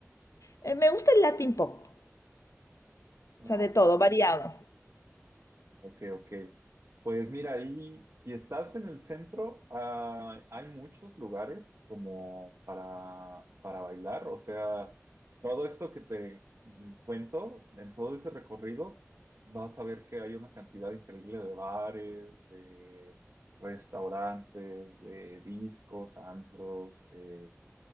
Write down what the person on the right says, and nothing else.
Ah,
ok,
ok, ok. Pues mira, ahí si estás en el centro, ah, hay muchos lugares como para, para bailar. O sea, todo esto que te mm, cuento, en todo ese recorrido, vas a ver que hay una cantidad increíble de bares, de restaurantes, de discos, antros. eh,